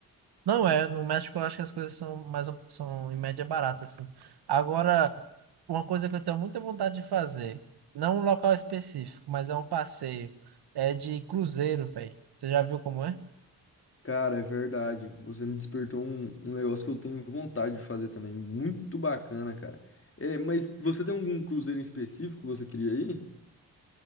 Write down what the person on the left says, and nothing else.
Cara, é verdade. Você me despertou um, um negócio que eu tenho vontade de fazer também. Muito bacana, cara. É, mas você tem algum cruzeiro em específico que você queria ir?